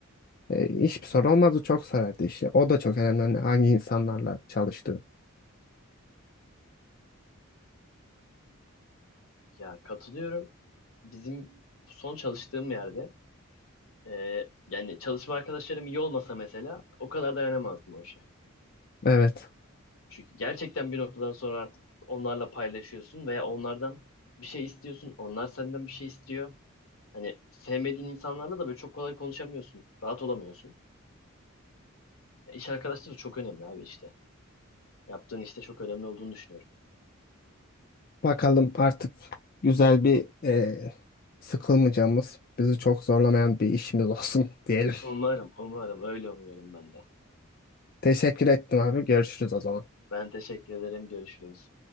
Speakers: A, on the left; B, on the left.
A: E, hiçbir sorun olmazdı. Çok severdi işi. O da çok önemli. hani hangi insanlarla çalıştığı.
B: Ya katılıyorum. Bizim son çalıştığım yerde e, yani çalışma arkadaşlarım iyi olmasa mesela o kadar dayanamazdım o işe.
A: Evet.
B: Çünkü gerçekten bir noktadan sonra artık onlarla paylaşıyorsun veya onlardan bir şey istiyorsun. Onlar senden bir şey istiyor. Hani sevmediğin insanlarla da böyle çok kolay konuşamıyorsun. Rahat olamıyorsun. Ya İş arkadaşları çok önemli abi işte. Yaptığın işte çok önemli olduğunu düşünüyorum.
A: Bakalım artık güzel bir e, sıkılmayacağımız, bizi çok zorlamayan bir işimiz olsun <laughs> diyelim.
B: Umarım, umarım öyle umuyorum ben de.
A: Teşekkür ettim abi. Görüşürüz o zaman.
B: Ben teşekkür ederim. Görüşürüz.